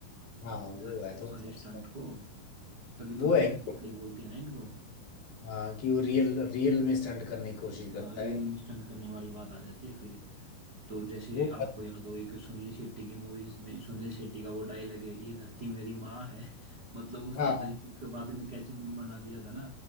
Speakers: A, on the left; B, on the right.
A: हाँ
B: ज-
A: वो है थोड़ा
B: सारे
A: सा
B: स्टंट
A: उसका
B: को तभी
A: वो
B: तो मिस्टर
A: है कि
B: खिलाड़ी बोलते हैं ना इनको
A: हाँ कि वो रियल रियल में स्टंट करने की कोशिश करता
B: हाँ रियल
A: है
B: में स्टंट करने वाली बात आ जाती है फिर तो जैसे
A: वो
B: आपको याद हो एक सुनील शेट्टी की मूवीज में सुनील शेट्टी का वो डायलॉग है ये धरती मेरी माँ है <laughs> मतलब उस
A: हाँ
B: डायलॉग के बाद में कैसे मीम बना दिया था ना